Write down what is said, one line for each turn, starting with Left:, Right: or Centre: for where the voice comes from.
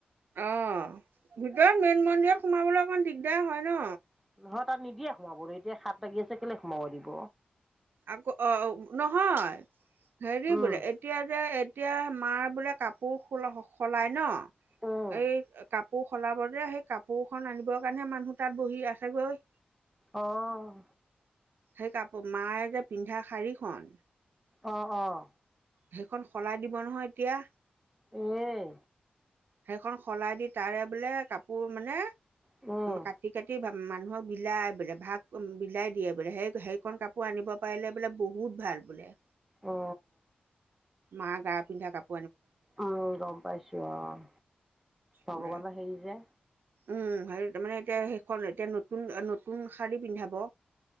Right: অ' ভিতৰত মেইন মন্দিৰ সোমাবলৈ অকমান দিগদাৰ হয় ন
Centre: নহয় তাত নিদিয়ে সোমাবলৈ এতিয়া হাত লাগি আছে কেলে সোমাব দিব।
Right: আকৌ অ' নহয়, হেৰি
Centre: উম
Right: বোলে এতিয়া যে এতিয়া মাৰ বোলে কাপোৰ সলাই ন
Centre: উম
Right: এই কাপোৰ সলাব যে সেই কাপোৰ খন আনিবৰ কাৰণেহে মানুহ তাত বহি আছেগৈ।
Centre: অঁ।
Right: সেই কাপোৰ মায়ে যে পিন্ধা শাৰীখন
Centre: অঁ অঁ।
Right: সেইখন সলাই দিব নহয় এতিয়া।
Centre: উম।
Right: সেইখন সলাই দি তাৰে বোলে কাপোৰ মানে
Centre: উম,
Right: কাটি - কাটি ভ মানুহক বিলাই বোলে ভাগ বিলাই দিয়ে বোলে সেই সেইখনণ কাপোৰ আনিব পাৰিলে বোলে বহুত ভাল। বোলে।
Centre: অঁ।
Right: মা গা পিন্ধা কাপ
Centre: অ গম পাইছো অহ ভগৱানো
Right: বোলে
Centre: হেৰি যে
Right: উম সেৰি তাৰ মানে এতিয়া সেইখন এতিয়া নতুন নতুন শাৰী পিন্ধাব